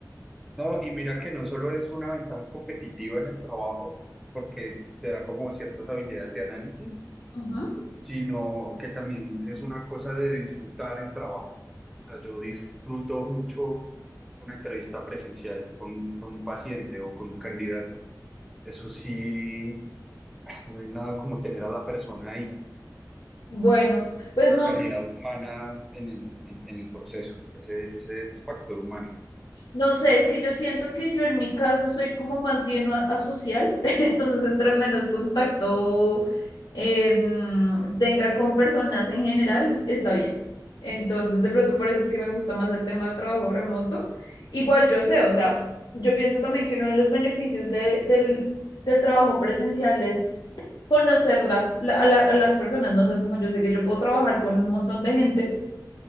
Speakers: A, in the centre; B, on the left (about 75°).
A: No, y mira que no solo es una ventaja competitiva en el trabajo, porque te da como ciertas habilidades de análisis,
B: Ujú.
A: sino que también es una cosa de disfrutar el trabajo. O sea, yo disfruto mucho una entrevista presencial con, con un paciente o con un candidato. Eso sí, no hay nada como tener a la persona ahí,
B: Bueno, pues no
A: la calidad humana en el, en, en el proceso, ese, ese factor humano.
B: No sé, es que yo siento que yo en mi caso soy como más bien a- asocial, <laughs> entonces entre menos contacto em, tenga con personas en general, está bien. Entonces, de pronto por eso es que me gusta más el tema del trabajo remoto. Igual yo sé, o sea, yo pienso también que uno de los beneficios de- del, del trabajo presencial es conocer la- la- a, la- a las personas, ¿no? O sea, es como yo sé que yo puedo trabajar con un montón de gente